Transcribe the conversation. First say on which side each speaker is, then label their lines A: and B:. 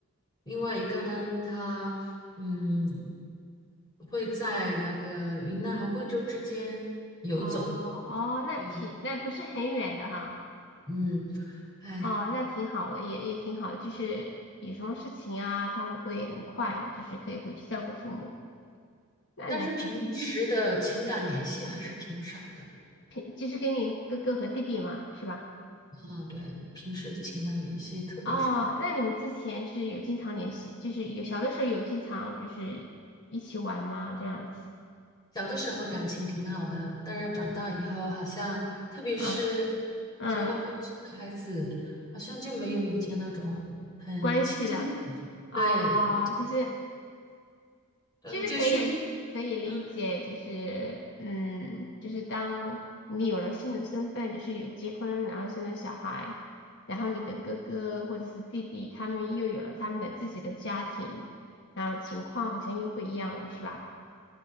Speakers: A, on the left; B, on the left.
A: 另外一个呢，他嗯会在那个云南和贵州之间游走。
B: 哦哦，那挺那不是很远的哈。
A: 对，嗯，哎，
B: 哦，那挺好的，也也挺好的就是有什么事情啊，他们会很快的，就是可以回去照顾父母。那那
A: 但是平时的情感联系还是挺少的。
B: 平就是给你哥哥和弟弟嘛，是吧？
A: 嗯，对，平时情感联系特别少。
B: 哦，那你们之前就是有经常联系，就是有小的时候有经常就是一起玩吗？这样子
A: 小的时候感情挺好的，但是长大以后好像，特别是
B: 啊，嗯，
A: 结了婚生了孩子，好像就没有以前那种很亲近。
B: 关系了，哦，
A: 对，
B: 就是
A: 呃，
B: 其实可以可以理解，
A: 就去，嗯，
B: 就是嗯，就是当你有了新的身份，就是有结婚，然后生了小孩，然后你的哥哥或者是弟弟，他们又有了他们的自己的家庭，然后情况好像又不一样了，是吧？